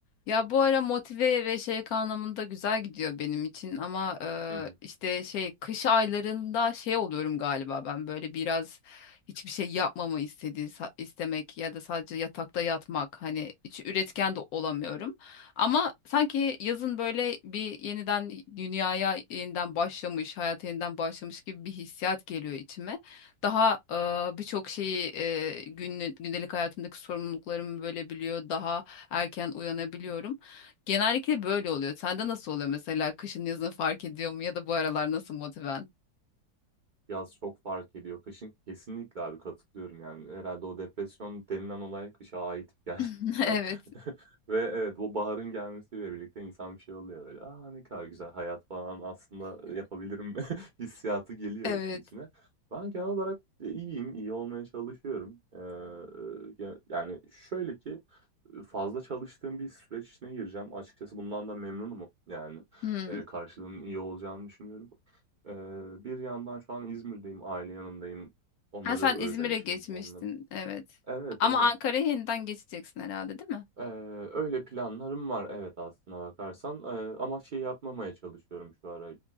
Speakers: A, on the left (about 70°); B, on the right (about 85°).
A: Ya bu ara motive ve şey anlamında güzel gidiyor benim için ama e,
B: Hı hı.
A: işte şey kış aylarında şey oluyorum galiba ben böyle biraz hiçbir şey yapmamı istediği sa- istemek ya da sadece yatakta yatmak hani hiç üretken de olamıyorum. Ama sanki yazın böyle bir yeniden dünyaya yeniden başlamış, hayata yeniden başlamış gibi bir hissiyat geliyor içime. Daha e, birçok şeyi e, günlü- gündelik hayatımdaki sorumluluklarımı bölebiliyor daha erken uyanabiliyorum. Genellikle böyle oluyor. Sende nasıl oluyor mesela? Kışın yazın fark ediyor mu ya da bu aralar nasıl motiven?
B: Yaz çok fark ediyor. Kışın kesinlikle abi katılıyorum yani. Herhâlde o depresyon denilen olay kışa ait gerçekten
A: <laughs>
B: <laughs>
A: Evet,
B: ve evet, bu baharın gelmesiyle birlikte insan bir şey oluyor böyle, "A, ne kadar güzel hayat falan aslında yapabilirim." <laughs> hissiyatı geliyor
A: evet.
B: işin içine. Ben genel olarak, e, iyiyim, iyi olmaya çalışıyorum. Eee, ya yani şöyle ki, fazla çalıştığım bir süreç içine gireceğim. Açıkçası bundan da memnunum yani.
A: Hmm.
B: Eee, karşılığının iyi olacağını düşünüyorum. Eee, bir yandan şu an İzmir'deyim, aile yanındayım. Onları
A: Ha, sen
B: özlemişim.
A: İzmir'e geçmiştin,
B: Onları
A: evet.
B: Evet,
A: Ama
B: evet.
A: Ankara'ya yeniden geçeceksin herhalde, değil mi?
B: Eee, öyle planlarım var evet aslına bakarsan, eee, ama şey yapmamaya çalışıyorum şu ara.